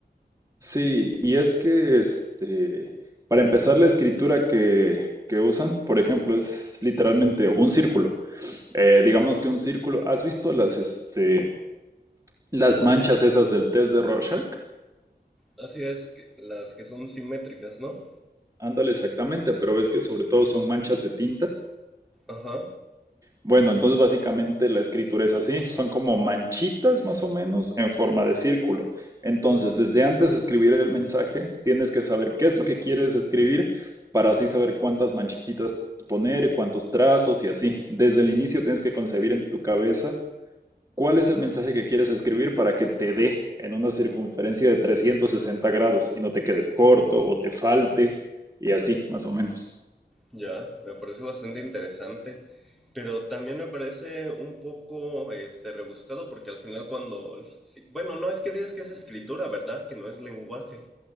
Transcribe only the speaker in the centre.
Así es, que- las que son simétricas, ¿no?
Ajá,
ya, me parece bastante interesante, pero también me parece un poco, este, rebuscado porque al final cuando, sí, bueno, no es que digas que es escritura, ¿verdad? Que no es lenguaje